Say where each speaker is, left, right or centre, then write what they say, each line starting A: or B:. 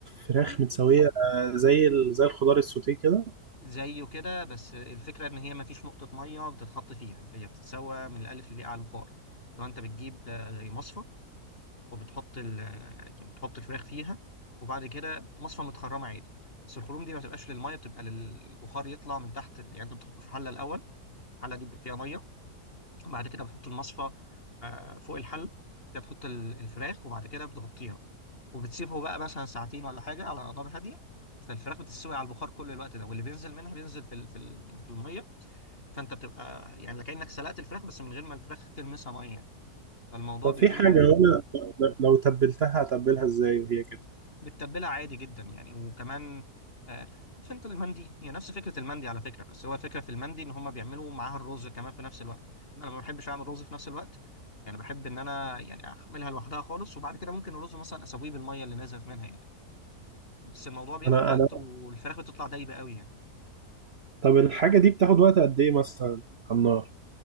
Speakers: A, on the right; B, on the left.
A: فراخ
B: دي
A: متسوية آه، زي ال... زي الخضار السوتيه كده
B: زيه كده بس الفكرة إن هي مفيش نقطة مية بتتحط فيها هي بتتسوى من الألف للياء على البخار لو أنت بتجيب آه، زي مصفى وبتحط ال آه، يعني بتحط الفراخ فيها وبعد كده مصفى متخرمة عادي بس الخروم دي ما بتبقاش للمية بتبقى للبخار يطلع من تحت ال- يعني أنت بتحطه في حلة الأول الحلة دي بيبقى فيها مية وبعد كده بتحط المصفى آه، فوق الحل كده تحط ال- الفراخ وبعد كده بتغطيها وبتسيبه بقى مثلا ساعتين ولا حاجة على نار هادية فالفراخ بتستوي على البخار كل الوقت ده واللي بينزل منها بينزل في ال- في ال- يعني في المية فانت بتبقى يعني كأنك سلقت الفراخ بس من غير ما الفراخ تلمسها ميه يعني فالموضوع
A: طب
B: بيكون
A: في حاجة وانا لو تبلتها هتبلها ازاي وهي كده؟
B: بتتبلها عادي جدا يعني وكمان آه، عارف انت المندي هي نفس فكره المندي على فكره بس هو الفكره في المندي ان هم بيعملوا معاها الرز كمان في نفس الوقت انا ما بحبش اعمل رز في نفس الوقت يعني بحب ان انا يعني احملها لوحدها خالص وبعد كده ممكن الرز مثلا اسويه بالميه اللي نزلت منها يعني بس الموضوع بياخد
A: انا
B: وقت
A: انا
B: والفراخ بتطلع دايبه قوي يعني
A: طب الحاجة دي بتاخد وقت قد ايه مثلا على النار؟